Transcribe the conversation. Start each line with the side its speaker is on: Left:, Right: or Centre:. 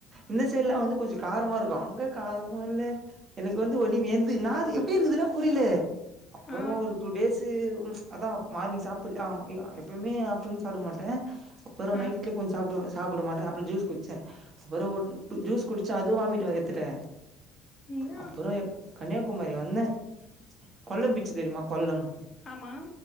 Right: இந்த சைடலா வந்து கொஞ்ச காரமா இருக்கு அங்க காரமு இல்ல எனக்கு வந்து ஒன்னி வெந்து நா அது எப்படி இருக்குதுன்னா புரிலே அப்புறம்
Left: ஆ
Right: ஒரு டூ டேஸ் அதா மார்னிங் சாப்பிடல ஆ எப்பயுமே ஆப்டர் நூன் சாப்பிட மாட்டே அப்புறம்
Left: ஆ
Right: நைட்ல கொஞ்ச சாப்பிடுவ சாப்பிட மாட்டே அப்புறம் ஜூஸ் குடிச்ச அப்புறம் ஒரு ஜூஸ் குடிச்ச அதுவு வாமிட் எடுத்துட்டே
Left: ம்
Right: அப்புறோ
Left: ஆ
Right: எ கன்னியாகுமரி வந்தே கொல்லம் பீச்சு தெரியுமா கொல்லம்
Left: ஆமா